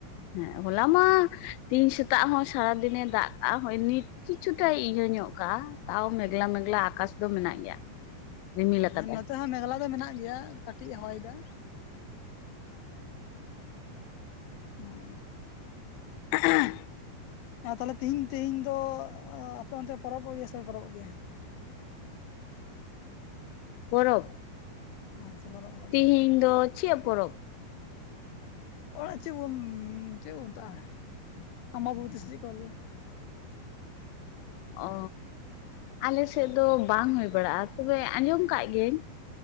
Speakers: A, on the left (about 85°); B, on the left (about 70°).
A: ᱦᱮᱸ ᱦᱚᱞᱟ ᱢᱟ ᱛᱮᱦᱮᱧ ᱥᱮᱛᱟᱜ ᱦᱚᱸ ᱥᱟᱨᱟ ᱫᱤᱱᱮ ᱫᱟᱜ ᱠᱟᱸᱜᱼᱟ ᱦᱳᱭ ᱱᱤᱛ ᱠᱤᱪᱷᱩ ᱴᱟᱭ ᱤᱭᱟᱹ ᱧᱚᱜ ᱠᱟᱜᱼᱟ ᱛᱟᱣ ᱢᱮᱜᱞᱟ ᱢᱮᱜᱞᱟ ᱟᱠᱟᱥ ᱫᱚ ᱢᱮᱱᱟᱜ ᱜᱮᱭᱟ᱾ ᱨᱤᱢᱤᱞ ᱟᱠᱟᱫᱟᱭ
B: ᱦᱮᱸ ᱱᱚᱛᱮ ᱦᱚᱸ ᱢᱮᱜᱞᱟ ᱫᱚ ᱢᱮᱱᱟᱜ ᱜᱮᱭᱟ ᱾ ᱠᱟᱹᱴᱤᱡ ᱮ ᱦᱚᱭᱮᱫᱟ᱾ ᱚᱸᱻ
A: <inaudible>
B: ᱟᱨ ᱛᱟᱦᱚᱞᱮ ᱛᱤᱦᱤᱧ ᱛᱮᱦᱤᱧ ᱫᱚ ᱟᱯᱮ ᱚᱱᱛᱮ ᱯᱚᱨᱚᱵᱚᱜ ᱜᱮᱭᱟ ᱥᱮ ᱵᱟᱯᱮ ᱯᱚᱨᱚᱵᱚᱜ ᱜᱮᱭᱟ?
A: ᱯᱚᱨᱚᱵᱽ,
B: ᱟᱪᱪᱷᱟ ᱯᱚᱨᱚᱵᱚᱜ
A: ᱛᱮᱦᱤᱧ ᱫᱚ ᱪᱮᱫ ᱯᱚᱨᱚᱵᱽ?
B: ᱚᱲᱟᱜ ᱪᱮᱫ ᱵᱚᱱ ᱪᱮᱫ ᱵᱚ ᱢᱮᱛᱟᱜᱼᱟ? ᱟᱢᱵᱟᱵᱩᱛᱤ ᱥᱮ ᱪᱮᱫ ᱠᱚ ᱞᱟᱹᱭᱟ?
A: ᱚᱻ ᱟᱞᱮ ᱥᱮᱫ ᱫᱚ ᱵᱟᱝ ᱦᱩᱭ ᱵᱟᱲᱟᱜᱼᱟ ᱛᱚᱵᱮ ᱟᱸᱡᱚᱢ ᱠᱟᱜ ᱜᱤᱭᱟᱹᱧ